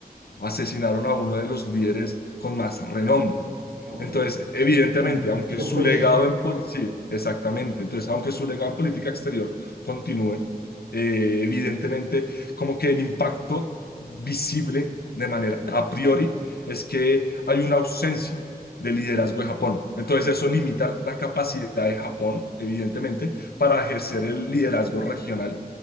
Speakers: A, on the left; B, on the right.
A: asesinaron a uno de los líderes con más renombre.
B: Ok,
A: Entonces, evidentemente,
B: con
A: aunque
B: mucho
A: su
B: peso.
A: legado en pol- sí, exactamente. Entonces, aunque su legado en política exterior continúe, eh, evidentemente, como que el impacto visible de manera a priori es que hay una ausencia de liderazgo
B: cierto,
A: de Japón. Entonces,
B: es
A: eso
B: cierto.
A: limita la capacidad de Japón, evidentemente, para ejercer el liderazgo regional